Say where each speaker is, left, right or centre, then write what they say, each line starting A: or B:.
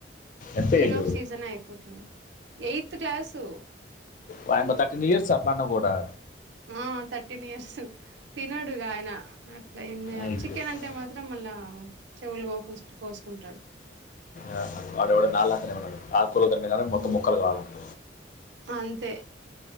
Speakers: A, on the left; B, on the right.
A: ఎంత
B: ఈ
A: ఏజ్
B: లోపు సీజన్ అయిపోతుంది ఎయిత్ క్లాసు
A: వాయిమో థర్టీన్ ఇయర్స్ ఆ అట్లా అన్న గుడా
B: ఆ థర్టీన్ ఇయర్స్ తినడుగా ఆయన అట్లా ఏం చేయాలి
A: అయ్యో
B: చికెన్ అంటే మాత్రం మళ్ళా చెవులు గకస్తు కోసుకుంటాడు
A: ఆ వాడవాడు నాలు తనే ఉంటడు ఆ కూరలు తింటే మొత్తం
B: ఉమ్.
A: ముక్కలు కావాలంట
B: అంతే